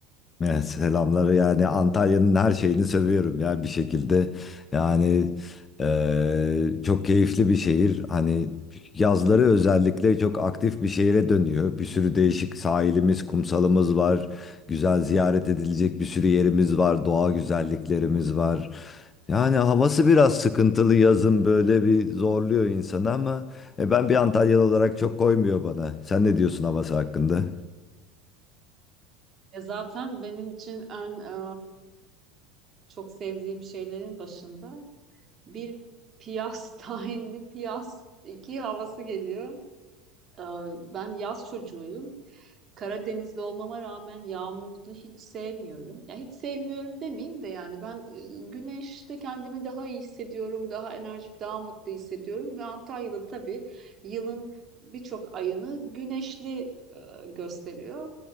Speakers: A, on the left; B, on the right.
A: Evet, selamları yani Antalya'nın her şeyini seviyorum ya bir şekilde. Yani eee, çok keyifli bir şehir. Hani yazları özellikle çok aktif bir şehire dönüyor. Bir sürü değişik sahilimiz, kumsalımız var. Güzel ziyaret edilecek bir sürü yerimiz var. Doğa güzelliklerimiz var. Yani havası biraz sıkıntılı yazın böyle bir zorluyor insanı ama e, ben bir Antalyalı olarak çok koymuyor bana. Sen ne diyorsun havası hakkında?
B: E zaten benim için en e, çok sevdiğim şeylerin başında bir piyas, <laughs> tahinli piyas iki havası geliyor. Ee, Ben yaz çocuğuyum. Karadenizli olmama rağmen yağmurlu hiç sevmiyorum. Ya hiç sevmiyorum demeyeyim de yani ben e, güneşte kendimi daha iyi hissediyorum, daha enerjik, daha mutlu hissediyorum ve Antalya'da tabii yılın birçok ayını güneşli e, gösteriyor.